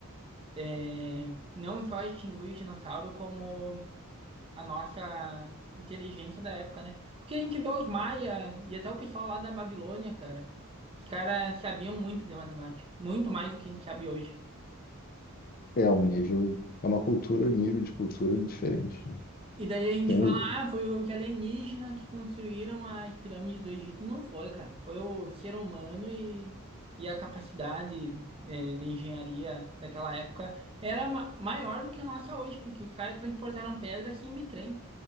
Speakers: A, on the right; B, on the left.
A: é, não só extinguiu os dinossauros como a nossa inteligência da época, né? Porque a gente vê os maia e até o pessoal lá da Babilônia, cara. Os caras sabiam muito de matemática, muito mais do que a gente sabe hoje.
B: é um nível, é uma cultura, nível de cultura diferente. né?
A: E daí a gente
B: Tem, uns-
A: fala, ah, foi os alienígenas que construíram as pirâmides do Egito. Não foi, cara. Foi o ser humano e, e a capacidade, eh, de engenharia daquela época era ma- maior do que a nossa hoje, porque os caras transportaram pedra sem bitrem.